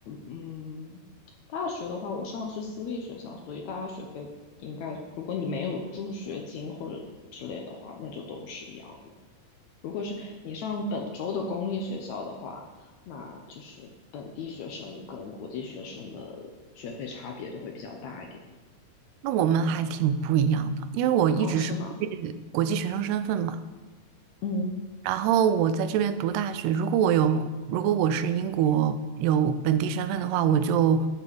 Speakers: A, on the left (about 85°); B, on the right (about 80°).
A: 嗯，大学的话，我上的是私立学校，所以大家学费应该，如果你没有助学金或者之类的话，那就都是一样的。如果是你上本州的公立学校的话，那就是本地学生跟国际学生的学费差别就会比较大一点。
B: 那我们还挺不一样的，因为我一直是
A: 哦，是吗？
B: 国际学生身份嘛。
A: 嗯，
B: 然后我在这边读大学，如果我有，如果我是英国有本地身份的话，我就